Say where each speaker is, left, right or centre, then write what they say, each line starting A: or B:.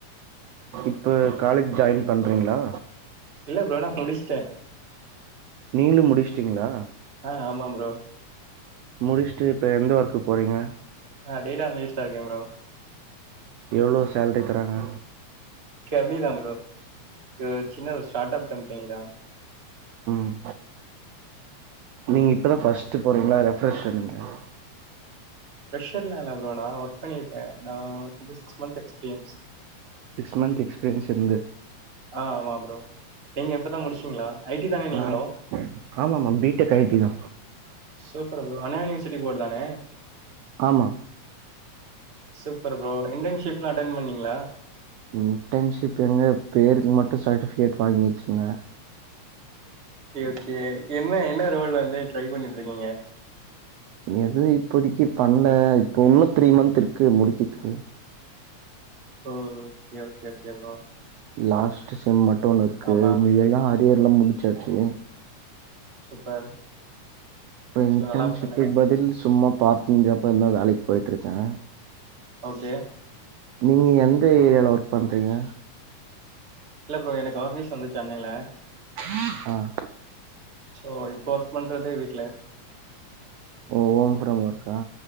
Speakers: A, on the right; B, on the right.
A: இப்ப காலேஜ் ஜாயின் பண்றிங்களா
B: இல்ல ப்ரோ நா முடிச்ட்டே
A: நீங்ளு முடிஷ்ட்டீங்ளா
B: ஆமா ப்ரோ
A: முடிஷ்ட்டு இப்ப எந்த ஒர்க்கு போறீங்க
B: அ டேட்டா அனலிஸ்டா இருக்கே ப்ரோ
A: எவ்ளோ சேல்ரி தராங்க
B: கம்மிதா ப்ரோ இது சின்ன ஒரு ஸ்டாட் அப் கம்பெனி தா
A: ம் நீங்க இப்பதா ஃபஸ்ட்டு போறீங்ளா <unintelligible>
B: ஃப்ரெஷர்லா இல்ல ப்ரோ நா‌ ஒர்க் பண்ணியிருக்கே நா வந்து six month experience
A: six month experience இருந்து
B: அ ஆமா ப்ரோ நீங்க இப்பதா முடிச்சீங்ளா ஐடி தானே நீங்களு
A: ஆ ஆமாமா பி டெக் ஐ டி தா
B: சூப்பர் ப்ரோ வனா யூனிவர்சிட்டி போடு தானே
A: ஆமா
B: சூப்பர் ப்ரோ இன்டன்ஷிப்ல்லா அட்டென் பண்ணீங்ளா
A: ம் இன்டன்ஷிப் எங்க பேருக்கு மட்டு சட்டிஃப்கேட் வாங்கி வெச்சுக்ன <inaudible>
B: ஓகே ஓகே என்ன என்ன ரோல் வந்து ட்ரை பண்ணிட்ருக்கீங்க
A: எதுவு இப்போதிக்கி பண்ல இப்போ உன்னோ த்ரீ மந்த்திருக்கு முடிக்கிதுக்கு
B: ஓ okay okay okay bro
A: last sem மட்டு ஒண் இர்க்கு
B: ஆமா
A: மீதி எல்லா அரியர்லா முடிச்சாச்சி
B: சூப்பர்
A: இப்ப இன்டன்ஷிப்புக்
B: ஸோ நல்லா பண்ணுங்க
A: பதில் சும்மா பாட் டைம் ஜாப் எத்னா வேலைக் போய்ட்ருக்கே
B: ஓகே
A: நீங்க எந்த ஏரியால ஒர்க் பண்றீங்க
B: இல்ல ப்ரோ எனக் ஆஃபீஸ் வந்து சென்னைல
A: அ
B: சோ இப்போ ஒர்க் பண்றதே வீட்ல
A: ஓ ஓம் ஃப்ரம் ஒர்க்கா